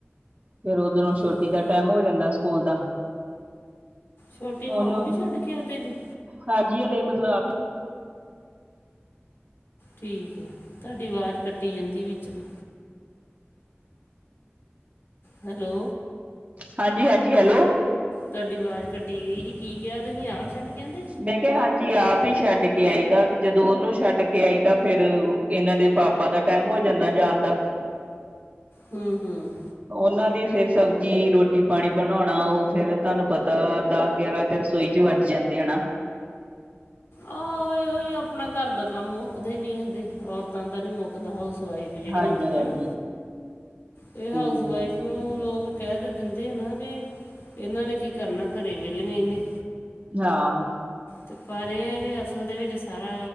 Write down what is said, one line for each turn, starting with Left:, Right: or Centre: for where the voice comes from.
Right: ਫੇਰ ਉਦਰੋਂ ਛੋਟੀ
Left: ਓਕੇ
Right: ਦਾ ਟੈਮ ਹੋ ਜਾਂਦਾ ਸਕੂਲ ਦਾ
Left: ਛੋਟੀ
Right: ਉਹਨੂੰ
Left: ਨੂੰ ਆਪ ਵੀ ਛੱਡ ਕੇ ਆਉਂਦੇ ਜੀ
Right: ਹਾਂਜੀ ਹਲੇ ਮਤਲਬ ਆਪ ਹੀ
Left: ਠੀਕ ਐ ਤੁਹਾਡੀ ਆਵਾਜ਼ ਕੱਟੀ ਜਾਂਦੀ ਵਿੱਚ ਵੀ ਹੈਲੋ।
Right: ਹਾਂਜੀ-ਹਾਂਜੀ, ਹੈਲੋ
Left: ਤੁਹਾਡੀ ਆਵਾਜ਼ ਕੱਟੀ ਗਈ ਸੀ ਕੀ ਕਿਹਾ ਤੁਸੀਂ ਆਪ ਛੱਡ ਕੇ ਆਂਦੇ
Right: ਮੈਂ ਕਿਹਾ ਹਾਂਜੀ ਆਪ ਈ ਛੱਡ ਕੇ ਆਈ ਦਾ ਤੇ ਜਦੋਂ ਉਹਨੂੰ ਛੱਡ ਕੇ ਆਈਦਾ ਫਿਰ ਇਹਨਾਂ ਦੇ ਪਾਪਾ ਦਾ ਟੈਮ ਹੋ ਜਾਂਦਾ ਜਾਨ ਦਾ
Left: ਹੰ ਹੰ
Right: ਉਹਨਾਂ ਦੀ ਫਿਰ ਸਬਜ਼ੀ ਰੋਟੀ ਪਾਨੀ ਬਨਾਉਨਾ ਉਹ ਫਿਰ ਤੁਹਾਨੂੰ ਪਤਾ ਦਸ ਗਿਆਰਾਂ ਫਿਰ ਰਸੋਈ ਚ ਵੱਜ ਜਾਂਦੇ ਹੈਨਾ
Left: ਆਹੋ ਓਹੀਔ ਹੀ ਅਪਨਾ ਘਰ ਦਾ ਕੰਮ ਮੁਕਦੇ ਨੀ ਹੈਗੇ ਔਰਤਾਂ ਦਾ ਨੀ ਮੁੱਕਦਾ ਹਾਊਸ ਵਾਈਫ ਜੇੜੀਆਂ
Right: ਹਾਂਜੀ
Left: ਹੁੰਦੀਆਂ
Right: ਹਾਂਜੀ
Left: ਨਾ, ਏ ਹਾਊਸ
Right: ਤੇ
Left: ਵਾਈਫ ਨੂੰ ਲੋਕ ਕੈ ਦੇ ਦਿੰਦੇ ਨਾ ਕਿ ਏਨਾਂ ਨੇ ਕੀ ਕਰਨਾ, ਘਰੇ ਵੇਲੇ ਈ ਨੇ।
Right: ਹਾਂ।
Left: ਤੇ ਪਰ ਏ ਐ ਕਿ ਅਸਲ ਦੇ ਵਿੱਚ ਸਾਰਾ